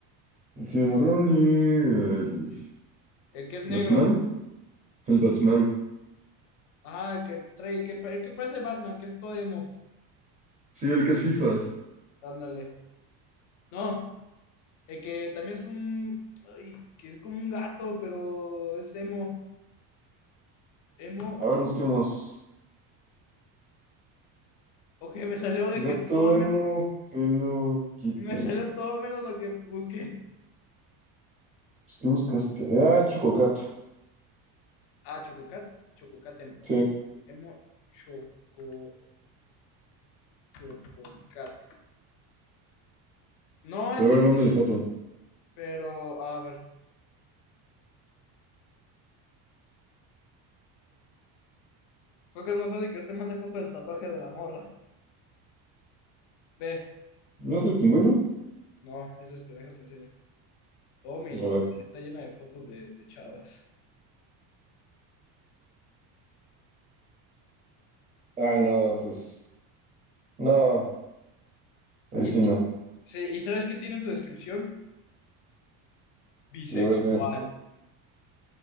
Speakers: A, on the right; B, on the left.
A: El cinemorrón y el
B: El que es negro.
A: Batsmaru. El Batsmaru.
B: ah el que trae, que, pa- el que parece Batman, que es todo emo.
A: Sí, el que es fifas.
B: Ándale. No, el que también es un. ay, que es como un gato, pero es emo. Emo.
A: A
B: <laughs>
A: ver, busquemos.
B: Ok, me salió de
A: Gato
B: que todo
A: Emo,
B: menos-
A: Hello Kitty.
B: me salió
A: Pues,
B: todo menos lo que busqué.
A: ¿Qué buscaste? Ah, es Chococat.
B: Ah, Chococat. Chococat emo.
A: Sí.
B: Emo Choco. Chococat. No,
A: Pero
B: ese
A: a ver, mándale foto.
B: Pero, a ver, creo que es más fácil que yo te mande foto del tatuaje de la morra. Ve,
A: ¿No es el pingüino?
B: no, es este, déjate enseño. Todo mi
A: A ver.
B: galería está llena de fotos de, de chavas.
A: Ah, no, eso es... No, ahí
B: Y,
A: sí
B: ti-
A: no.
B: sí, ¿y sabes qué tiene en su descripción? Bisexual.
A: A ver, dime.